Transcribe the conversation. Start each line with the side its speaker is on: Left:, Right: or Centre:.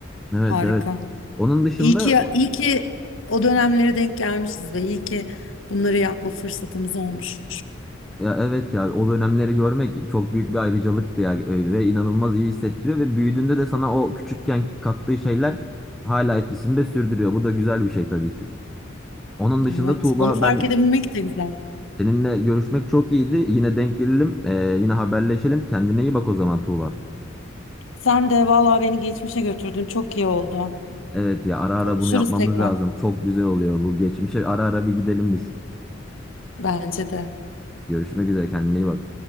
Centre: Evet
Left: Harika.
Centre: evet. Onun dışında
Left: İyi ki iyi ki o dönemlere denk gelmişiz ve iyi ki bunları yapma fırsatımız olmuş.
Centre: ya evet ya o dönemleri görmek çok büyük bir ayrıcalıktı ya e, ve inanılmaz iyi hissettiriyor ve büyüdüğünde de sana o küçükken kattığı şeyler hala etkisini de sürdürüyor. Bu da güzel bir şey tabii ki. Onun dışında
Left: Evet.
Centre: Tuğba
Left: Onu fark
Centre: ben
Left: edebilmek de güzel.
Centre: seninle görüşmek çok iyiydi. Yine denk gelelim, e, yine haberleşelim. Kendine iyi bak o zaman Tuğba.
Left: Sen de vallahi beni geçmişe götürdün. Çok iyi oldu.
Centre: Evet ya ara ara
Left: Konuşuruz
Centre: bunu yapmamız
Left: tekrar.
Centre: lazım. Çok güzel oluyor bu. Geçmişe ara ara bir gidelim biz.
Left: Bence de.
Centre: Görüşmek üzere kendine iyi bak.